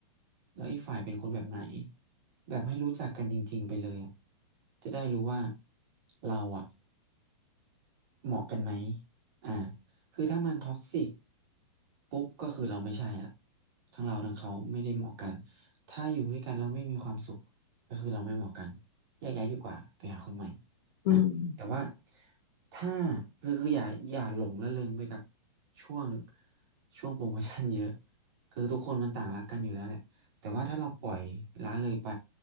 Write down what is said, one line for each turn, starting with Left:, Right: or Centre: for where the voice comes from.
Right: แล้วอีกฝ่ายเป็นคนแบบไหนแบบให้รู้จักกันจริงๆไปเลยอะจะได้รู้ว่าเราอ่ะ เหมาะกันไหมอ่าคือถ้ามันท็อกซิกปุ๊บก็คือเราไม่ใช่ละทั้งเราทั้งเขาไม่ได้เหมาะกัน ถ้าอยู่ด้วยกันเราไม่มีความสุขก็คือเราไม่เหมาะกันแยกย้ายดีกว่าไปหาคนใหม่อ่าแต่ว่า
Left: อืม
Right: ถ้าคือคืออย่าอย่าหลงระเริงไปกับช่วง ช่วงโปรโมชั่นเยอะ คือทุกคนมันต่างรักกันอยู่แล้วแหละแต่ว่าถ้าเราปล่อยละเลยไป